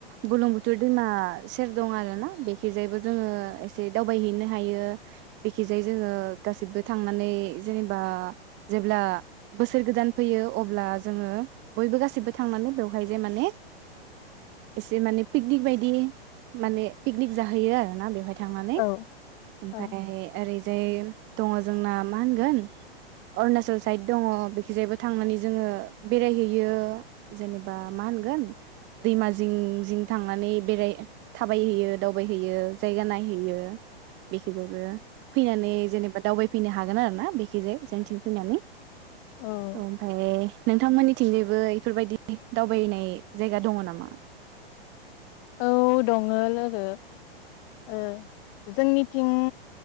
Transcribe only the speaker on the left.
औ
औ
औ
औ दङ लोगो ओ जोंनिथिं